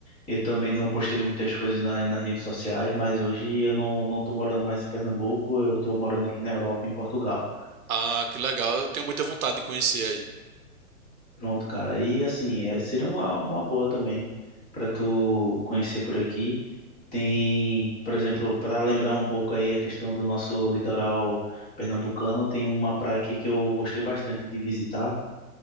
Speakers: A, on the left; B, on the right.
A: Eu também não postei muitas coisas na, nas redes sociais, mas hoje eu não, não tô morando mais em Pernambuco, eu tô morando aqui na Europa, em Portugal.
B: Ah, que legal, eu tenho muita vontade de conhecer aí.
A: Pronto, cara. E assim, é, seria uma, uma boa também para tu conhecer por aqui. Tem, por exemplo, para lembrar um pouco aí a questão do nosso litoral pernambucano, tem uma praia aqui que eu gostei bastante de visitar